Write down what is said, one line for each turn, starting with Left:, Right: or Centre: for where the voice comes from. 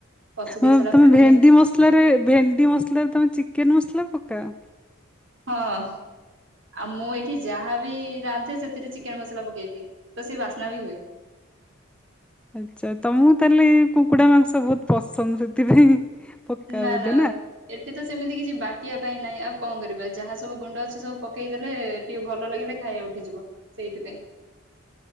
Right: କଷି ଦେଇ
Centre: ଉଁ
Right: ସାରିଲା
Centre: ତମେ
Right: ପରେ
Centre: ଭେଣ୍ଡି
Right: ଭେ
Centre: ମସଲାରେ, ଭେଣ୍ଡି ମସଲାରେ ତମେ ଚିକେନ ମସଲା ପକାଅ?
Right: ହଁ, ଆଉ ମୁଁ ଏଠି ଯାହାବି ରାନ୍ଧେ ସେଥିରେ ଚିକେନ ମସଲା ପକେଇଦିଏ। ତ ସେ ବାସନା ବି ହୁଏ।
Centre: ଆଚ୍ଛା ତମକୁ ତାହେଲେ ଏ କୁକୁଡା ମାଂସ ବହୁତ ପସନ୍ଦ ସେଥିପାଇଁ ପକାଅ
Right: ନା
Centre: ବୋଧେ
Right: ନା ଏଠି ତ ସେମିତି କିଛି ବାଟିବା ପାଇଁ ନାହିଁ ଆଉ କଣ କରିବା ଯାହା ସବୁ ଗୁଣ୍ଡ ଅଛି ସବୁ ପକେଇଦେଲେ ଟିକେ ଭଲ ଲାଗିଲେ ଖାଇବା ଉଠିଯିବ, ସେଇଥିପାଇଁ